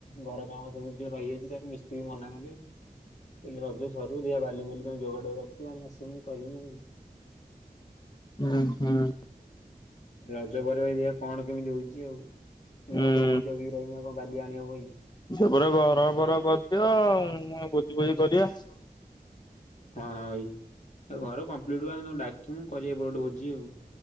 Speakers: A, on the left; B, on the left.
A: ଘର କାମ ସବୁତିକ ରହିଯାଇଛି ଯେହେତୁ ମିସ୍ତ୍ରୀ ମନା କଲେ। କହିଲେ ରଜ ସରୁ ଦେଖିଆ ବାଲି ବୁଲି ତମେ ଯୋଗାଡ଼ ରଖିଥିବ ଆମେ ଆସିବୁ କରିବୁ।
B: ହୁଁ ହୁଁ।
A: ରଜ ପରେ ଭାଇ ଦେଖିଆ କଣ କେମିତି ହଉଛି ଆଉ ଏମିତି
B: ହୁଁ
A: ପୋଲିସ ଯଗିକି ରହିଲେ ଆଉ କଣ ବାଲି ଆଣିହବ କି?
B: ଯେ ଗୋଟେ ଘର ଫର କରିଦିଅ ଭୋଜି ଫୋଜି କରିବା।
A: ହୁଁ। ହଁ ହଁ ଭାଇ ଆଉ ଘର କମ୍ପ୍ଲିଟ୍ ହେଲେ ଆମେ ତମକୁ ଡାକିବୁ କରିବା ଗୋଟେ ଭୋଜି ଆଉ।